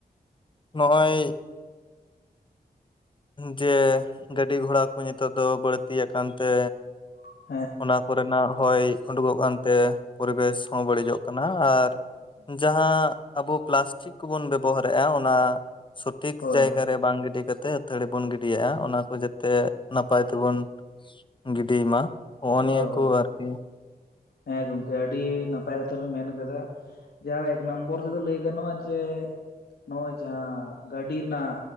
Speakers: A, on the left (about 30°); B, on the left (about 80°).
A: ᱱᱚᱜᱼᱚᱭ ᱡᱮ ᱜᱟᱹᱰᱤ ᱜᱷᱚᱲᱟ ᱠᱚ ᱱᱤᱛᱚᱜ ᱫᱚ ᱵᱟᱹᱲᱛᱤ ᱟᱠᱟᱱᱛᱮ᱾
B: <inaudible>
A: ᱚᱱᱟ ᱠᱚᱨᱮᱱᱟᱜ ᱦᱚᱭ ᱩᱰᱩᱠᱚᱜ ᱠᱟᱱᱛᱮ᱾ ᱯᱚᱨᱮᱵᱮᱥ ᱦᱚᱸ ᱵᱟᱹᱲᱤᱡᱚᱜ ᱠᱟᱱᱟ ᱟᱨ
B: ᱟᱪᱪᱷᱟ
A: ᱾ ᱡᱟᱦᱟᱸ ᱟᱵᱚ ᱯᱞᱟᱥᱴᱤᱠ ᱠᱚᱵᱚᱱ, ᱵᱮᱵᱚᱦᱟᱨᱮᱼᱟ ᱚᱱᱟ᱾ ᱥᱚᱴᱷᱤᱠ
B: ᱦᱳᱭ
A: ᱡᱟᱭᱜᱟ ᱨᱮ ᱵᱟᱝ ᱜᱤᱰᱤ ᱠᱟ ᱠᱟᱛᱮ ᱛᱷᱟᱹᱲᱤ ᱵᱚᱱ ᱜᱤᱰᱤᱭᱟᱜᱼᱟ, ᱚᱱᱟ ᱠᱚ ᱡᱟᱛᱮ ᱱᱟᱯᱟᱭ ᱛᱮᱵᱚᱱ ᱜᱤᱰᱤᱭ ᱢᱟ ᱾ ᱦᱚᱜᱱᱤᱭᱟᱹ
B: ᱦᱳᱭ
A: ᱠᱚ
B: ᱦᱳᱭ
A: ᱟᱨᱠᱤ ᱾
B: ᱦᱮᱸ ᱜᱚᱝᱠᱮ ᱟᱹᱰᱤ ᱱᱟᱯᱟᱭ ᱠᱟᱛᱷᱟ ᱵᱤᱱ ᱢᱮᱱ ᱠᱟᱫᱟ᱾ ᱡᱟᱦᱟᱸ ᱮᱠ ᱱᱚᱢᱵᱚᱨ ᱛᱮᱫᱚ ᱞᱟᱹᱭ ᱜᱟᱱᱚᱜᱼᱟ, ᱡᱮ ᱱᱚᱜᱼᱚᱭ ᱡᱟᱦᱟᱸ ᱜᱟᱹᱰᱤ ᱨᱮᱱᱟᱜ